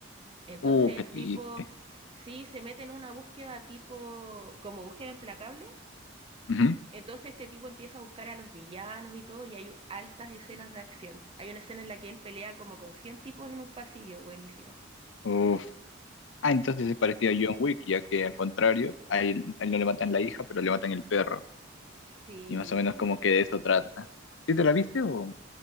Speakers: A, on the right (about 30°); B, on the left (about 65°).
A: Entonces
B: Uh,
A: el
B: qué triste.
A: tipo sí se mete en una búsqueda tipo, como búsqueda implacable.
B: Ujú.
A: Entonces este tipo empieza a buscar a los villanos y todo, y hay altas escenas de acción. Hay una escena en la que él pelea como con 100 tipos en un pasillo, buenísima.
B: Uf. Ah, entonces
A: Mm.
B: es parecido a John Wick, ya que al contrario, a él, a él no le matan la hija, pero le matan el perro.
A: Sí.
B: Y más o menos como que de eso trata. ¿Sí te la viste o...?